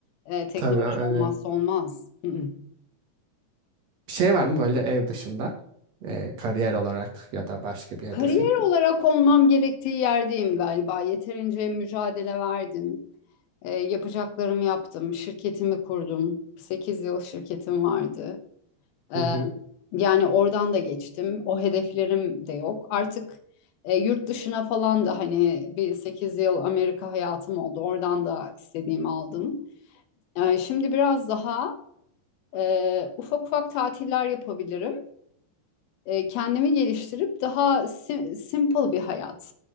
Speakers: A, on the left (about 70°); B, on the right (about 55°).
A: e, teknoloji
B: Tabii aynen.
A: olmazsa olmaz. Hı-hı.
B: Bir şey var mı böyle ev dışında? Ee, kariyer olarak ya da başka bir
A: Kariyer
B: hedefin?
A: olarak olmam gerektiği yerdeyim galiba. Yeterince mücadele verdim. E, yapacaklarımı yaptım. Şirketimi kurdum. 8 yıl şirketim vardı. Ee,
B: Hı hı.
A: yani oradan da geçtim. O hedeflerim de yok. Artık e, yurt dışına falan da hani bir 8 yıl Amerika hayatım oldu. Oradan da istediğimi aldım. Ee, şimdi biraz daha e, ufak ufak tatiller yapabilirim. E, kendimi geliştirip daha sim- simple bir hayat.